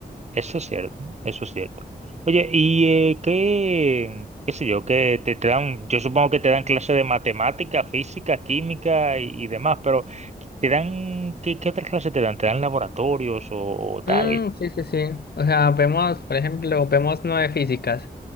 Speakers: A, on the right; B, on the left.
A: Eso es cierto, eso es cierto. Oye, ¿y eh, qué, qué sé yo, qué te, dan, yo supongo que te dan clases de matemática, física, química y, y demás, pero te dan, ¿qué, qué otras clases te dan? ¿Te dan laboratorios o, tal?
B: Mm, sí, sí, sí. O sea, vemos, por ejemplo, vemos nueve físicas.